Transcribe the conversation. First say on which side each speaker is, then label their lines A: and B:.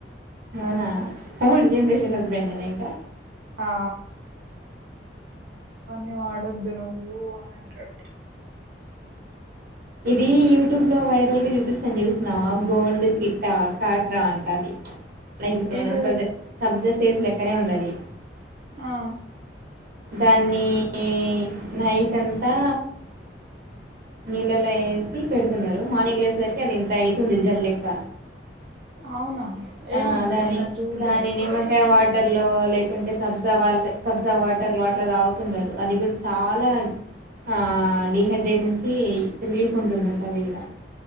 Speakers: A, on the right; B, on the right.
A: అవునా ఓల్డ్ జెనరేషన్ హస్బెండేనా ఇంకా
B: ఆ ఇ వాడొద్దు నువ్వు అని అంటడు.
A: ఇది యూట్యూబ్లో వైరల్గా చూపిస్తం జూస్నవా గోండ్ కిట్టా కాట్రా అంట అది. లైక్ ఇప్పుడు
B: ఏంటిదది
A: మన సజ సబ్జెస్ చేస్ లెక్కనే ఉంది అది
B: ఆ
A: దాన్ని ఈ నైట్ అంతా నీళ్ళలో ఏసి పెడుతున్నారు మార్నింగ్ లేసేసరికి అది ఇంత ఐతుంది జల్ లెక్క
B: అవునా ఏమో
A: ఆ
B: మరి
A: దాని
B: నేను అ జూలే
A: దాని నిమ్మకాయ వాటర్ లో లేకుంటే సబ్ తవార్లే సబ్జా వాటర్ లో అట్ల తాగుతుంటరు అది కూడా చాలా ఆ డీహైడ్రేట్ నుంచి ఏయి రిలీఫ్ ఉంటుందంట అది గూడా